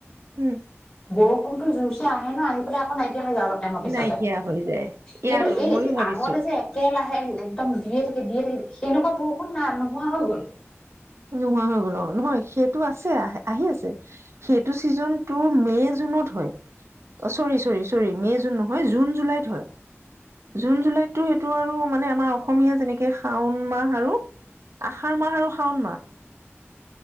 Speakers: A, on the right; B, on the left.
A: উম
B: বৰষুণতো জোৰ আহি পেলই আ একৌ নাই যাওঁ অলপ টাইমৰ পিছতে
A: নাইকিয়া হৈ যায় ইয়াতো
B: কিন্তু এই
A: ময়ো ভাবিছো।
B: আগতে যে একে লাহে একদম দে থ দিয় থ সেনেকুৱা বৰষুণ না নোহোৱা হৈ গ'ল
A: নোহোৱা হৈ গল অ নহয় সেইটো আছে আহি আছে সেইটো ছিজনটো মে জুনত হয় চৰি চৰি চৰি মে জুন নহয় জুন জুলাইত হয় জুন জুলাইততো সেইটো আৰু মানে আমাৰ অসমীয়া যেনেকে শাওন মাহ আৰু আহষাৰ মাহ আৰু শাওন মাহ <inaudible>